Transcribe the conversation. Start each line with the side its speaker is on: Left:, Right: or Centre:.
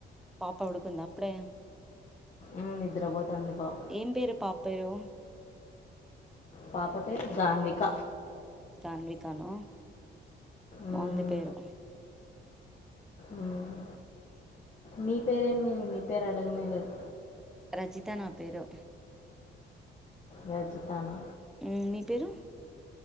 Centre: పాప పడుకుందా అప్పుడే
Left: ఉమ్, నిద్రపోతుంది పాప
Centre: ఏం పేరు పాప పేరు
Left: పాప పేరు గాన్విక
Centre: గాన్వికానా
Left: ఉమ్,
Centre: బాగుంది పేరు
Left: ఉమ్ మీ పేరేమీ మీ పేరు అడగనేలేదు
Centre: రజిత నా పేరు
Left: రజితనా
Centre: ఉమ్ నీ పేరు